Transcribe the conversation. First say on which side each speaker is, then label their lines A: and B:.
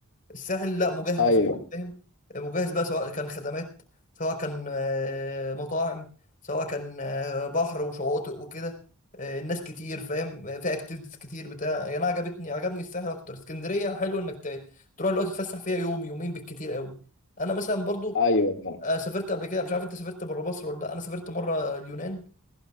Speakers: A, on the left; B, on the left.
A: الساحل لا مجهز
B: ايوه
A: فاهم مجهز بقى سواء كان خدمات سواء كان آه، مطاعم سواء كان آه، بحر وشواطئ وكده آه، الناس كتير فاهم آه، في اكتيفيتيز كتير بتاع يعني انا عجبتني عجبني الساحل اكتر اسكندريه حلو انك ت- تروح دلوقتي تتفسح فيها يوم يومين بالكتير قوي انا مثلا برضو
B: ايوه فاهم
A: آه، سافرت قبل كده مش عارف انت سافرت بره مصر ولا لا انا سافرت مره اليونان